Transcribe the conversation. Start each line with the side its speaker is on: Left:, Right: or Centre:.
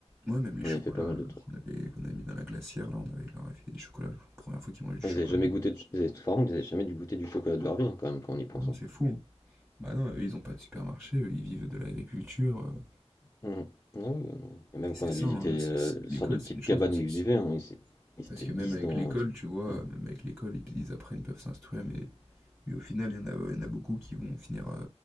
Right: Ouais, même les
Left: On
Right: chocolats
Left: avait fait pas mal
Right: euh,
Left: de trucs.
Right: qu'on avait, qu'on avait mis dans la glacière, là, on avait leur avait filé des chocolats, première fois qu'ils mangeaient du chocolat.
Left: Ils avaient jamais goûté, de, ils avaient, par contre, ils avaient jamais dû goûter du chocolat de leur vie, hein, quand même, quand on y pense.
Right: Ah,
Left: hein.
Right: c'est fou. hein. Bah non, eux, ils n'ont pas de supermarché, eux, ils vivent de l'agriculture. euh.
Left: Mm. Ah oui, ouais, non. Et même
Right: Et c'est
Left: quand on a
Right: ça,
Left: visité
Right: hein, c'est-
Left: euh,
Right: c'est-
Left: une
Right: l'école,
Left: sorte de petite
Right: c'est une chance
Left: cabane
Right: aussi.
Left: où ils
Right: aussi.
Left: vivaient, hein, ils, é- ils
Right: Parce
Left: étaient
Right: que
Left: 10
Right: même avec
Left: dans.
Right: l'école, tu vois,
Left: Mm.
Right: même avec l'école, ils, ils apprennent, ils peuvent s'instruire, mais, mais au final, il y en a, il y en a beaucoup qui vont finir euh,